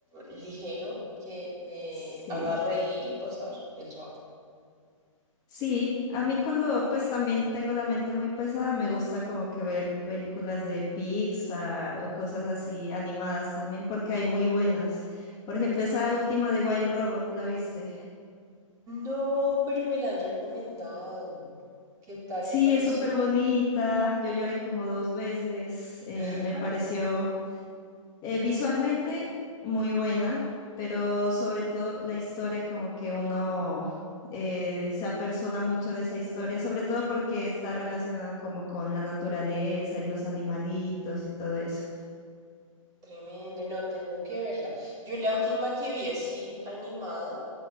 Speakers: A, on the right; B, on the left.
A: ligero que me
B: Sí.
A: haga reír y pasar el rato.
B: Sí, a mí cuando pues también tengo la mente muy pesada, me gusta como que ver películas de Pixar o cosas así animadas también, porque hay muy buenas. Por ejemplo, esa última de Wild Robot, ¿la viste?
A: No, pero me la han recomendado. ¿Qué tal
B: Sí,
A: te pareció?
B: es súper bonita. Yo lloré como dos veces. eh,
A: <laughs>
B: me pareció eh, visualmente muy buena, pero sobre todo la historia, como que uno eh, se apersona mucho de esa historia, sobre todo porque está relacionada como con la naturaleza y los animalitos y todo eso.
A: Tremendo, no tengo que verla. Yo la última que vi así animada